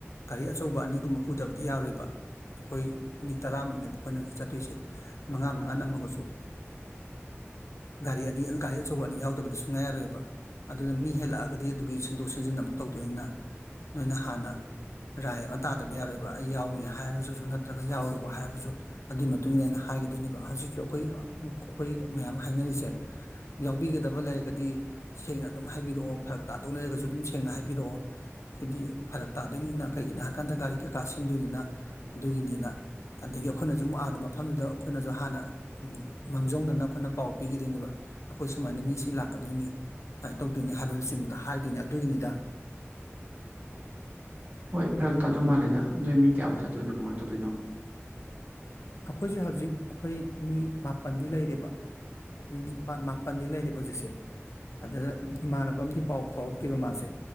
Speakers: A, on the left (about 80°); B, on the right (about 40°).
A: ꯒꯥꯔꯤ ꯑꯆꯧꯕ ꯑꯅꯤꯒꯨꯝꯕ ꯄꯨꯗꯕꯗꯤ ꯌꯥꯔꯣꯏꯕ ꯑꯩꯈꯣꯏ ꯃꯤ ꯇꯔꯥꯃꯨꯛꯅꯦꯕ ꯑꯩꯈꯣꯏꯅ ꯍꯧꯖꯤꯛ ꯆꯠꯇꯣꯏꯁꯦ ꯃꯉꯥ ꯃꯉꯥ ꯅꯝꯃꯒꯁꯨ ꯒꯥꯔꯤ ꯑꯅꯤ ꯒꯥꯔꯤ ꯑꯆꯧꯕ ꯑꯅꯤ ꯌꯥꯎꯗꯕꯗ ꯁꯨꯡꯉꯥꯏ ꯌꯥꯔꯣꯏꯕ ꯑꯗꯨꯅ ꯃꯤ ꯍꯦꯜꯂꯛꯑꯒꯗꯤ ꯑꯗꯨꯒꯤ ꯁꯦꯝꯗꯣꯛ ꯁꯦꯝꯖꯤꯟ ꯑꯃꯨꯛ ꯇꯧꯗꯣꯏꯅꯤꯅ ꯅꯣꯏꯅ ꯍꯥꯟꯅ ꯔꯥꯏ ꯑꯃ ꯇꯥꯗꯕ ꯌꯥꯔꯣꯏꯕ ꯑꯩ ꯌꯥꯎꯅꯤ ꯍꯥꯏꯔꯒꯁꯨ ꯅꯠꯇ꯭ꯔꯒ ꯌꯥꯎꯔꯤꯕ ꯍꯥꯏꯔꯒꯁꯨ ꯑꯗꯨꯏ ꯃꯇꯨꯡ ꯏꯟꯅ ꯑꯩꯅ ꯍꯥꯏꯒꯗꯣꯏꯅꯦꯕ ꯍꯧꯖꯤꯛꯁꯨ ꯑꯩꯈꯣꯏ ꯑꯩꯈꯣꯏ ꯃꯌꯥꯝ ꯍꯥꯏꯅꯔꯤꯁꯦ ꯍꯥꯏꯕꯤꯒꯗꯕ ꯂꯩꯔꯒꯗꯤ ꯁꯦꯡꯅ ꯑꯗꯨꯝ ꯍꯥꯏꯕꯤꯔꯛꯑꯣ ꯐꯔꯛ ꯇꯥꯗꯧ ꯂꯩꯔꯒꯁꯨ ꯑꯗꯨꯝ ꯁꯦꯡꯅ ꯍꯥꯏꯕꯤꯔꯛꯑꯣꯗꯤ ꯐꯔꯛ ꯇꯥꯗꯣꯏꯅꯤꯅ ꯀꯩꯒꯤꯅꯣ ꯍꯥꯏ ꯀꯥꯟꯗ ꯒꯥꯔꯤ ꯀꯩ ꯀꯥ ꯁꯤꯟꯗꯣꯏꯅꯤꯅ ꯑꯗꯨꯒꯤꯅꯤꯅ ꯑꯗꯒꯤ ꯑꯩꯈꯣꯏꯅꯁꯨ ꯃꯨꯛ ꯑꯗ ꯃꯐꯝꯗꯨꯗ ꯑꯩꯈꯣꯏꯅꯁꯨ ꯍꯥꯟꯅ ꯎ ꯃꯥꯡꯖꯧꯅꯅ ꯑꯩꯈꯣꯏꯅ ꯄꯥꯎ ꯄꯤꯈꯤꯗꯣꯏꯅꯦꯕ ꯑꯩꯈꯣꯏ ꯁꯨꯃꯥꯏꯅ ꯃꯤꯁꯤ ꯂꯥꯛꯀꯗꯣꯏꯅꯤ ꯁꯨꯃꯥꯏꯅ ꯇꯧꯗꯣꯏꯅꯤ ꯍꯥꯏꯕꯅ ꯆꯤꯡꯕꯗ ꯍꯥꯏꯗꯣꯏꯅꯤ ꯑꯗꯨꯒꯤꯅꯤꯗ <unintelligible>
B: ꯍꯣꯏ ꯐꯔꯛ ꯇꯥꯗꯧ ꯃꯥꯜꯂꯦꯗ ꯅꯣꯏ ꯃꯤ ꯀꯌꯥꯐꯧ ꯆꯠꯇꯣꯏꯅꯣ ꯀꯃꯥꯏꯅ ꯇꯧꯗꯣꯏꯅꯣ
A: ꯑꯩꯈꯣꯏꯁꯦ ꯍꯧꯖꯤꯛ ꯑꯩꯈꯣꯏ ꯃꯤ ꯃꯥꯄꯜꯗꯤ ꯂꯩꯔꯕ ꯃꯤ ꯅꯤꯄꯥꯜ ꯃꯥꯄꯜꯗꯤ ꯂꯩꯔ ꯍꯧꯖꯤꯛꯁꯦ ꯑꯗꯨꯗ ꯏꯃꯥꯟꯅꯕ ꯑꯝ ꯄꯥꯎ ꯐꯥꯎꯔꯛꯇꯦꯕ ꯃꯥꯁꯦ